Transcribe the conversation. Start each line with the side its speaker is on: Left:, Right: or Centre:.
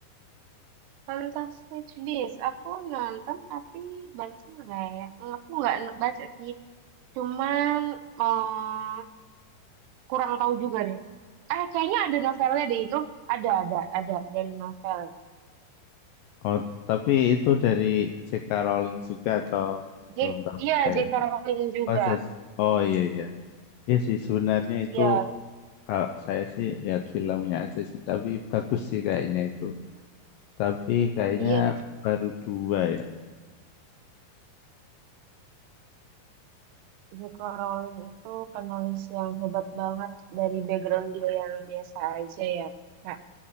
Right: Tentang Stitch Beast, aku nonton tapi baca nggak ya? Aku nggak n- baca sih, cuman eh, kurang tahu juga deh. Eh, kayaknya ada novelnya deh itu. Ada, ada, ada dari novel.
Left: Oh, tapi itu dari J.K. Rowling juga atau
Right: J
Left: belum tahu
Right: iya,
Left: juga
Right: J
Left: ya?
Right: K Rowling juga.
Left: Oh, saya, oh iya iya. Ya sih sebenarnya itu
Right: Iya,
Left: kalau saya sih lihat filmnya aja sih, tapi bagus sih kayaknya itu. Tapi kayaknya
Right: iya.
Left: baru dua ya.
Right: J K Rowling itu penulis yang hebat banget dari background dia yang biasa aja ya, Kak.